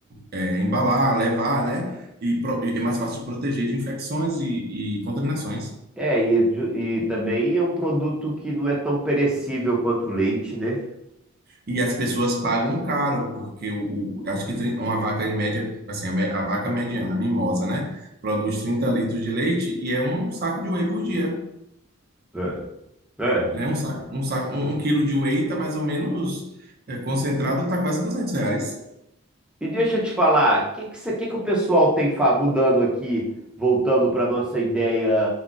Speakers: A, on the right; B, in the centre.
A: eh, embalar, levar, né? E, pro- e é mais fácil de proteger de infecções e, e contaminações.
B: É, e, ju- e também é um produto que não é tão perecível quanto o leite, né?
A: E as pessoas pagam caro, porque o, o- acho que trin- uma vaca em média, assim, a, me- a vaca mediana, a mimosa, né? Produz 30 litros de leite e é um saco de whey por dia.
B: É. É.
A: né? Um saco, um saco, um, um quilo de whey tá mais ou menos é, concentrado, tá quase duzentos reais.
B: E deixa eu te falar, o que, que, cê- que que o pessoal tem fa- mudando aqui, voltando para nossa ideia